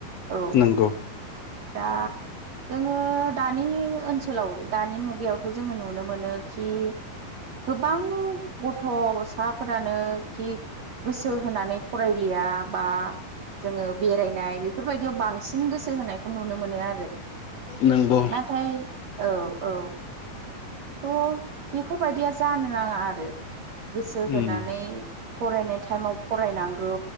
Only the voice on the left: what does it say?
नंगौ।
नोंगौ।
उम